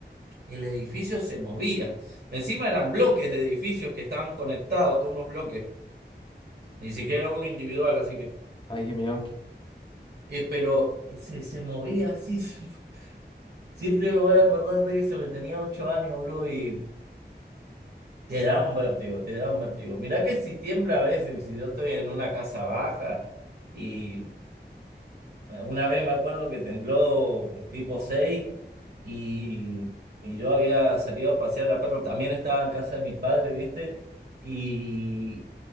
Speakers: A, on the right; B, on the left.
A: El edificio se movía. Encima eran bloques de edificios que estaban conectados, todos unos bloques. Ni siquiera uno individual, así que.
B: Ay, qué miedo.
A: eh, pero se, se movía así. <laughs> Sí. Siempre me voy a acordar de eso, que tenía ocho años, boludo, y te da un vértigo, te da un vértigo. Mirá que si tiembla a veces, si yo estoy en una casa baja y Bueno, Una vez me acuerdo que tembló tipo 6 y, y yo había salido a pasear a la perro, también estaba en casa de mis padres, ¿viste? Y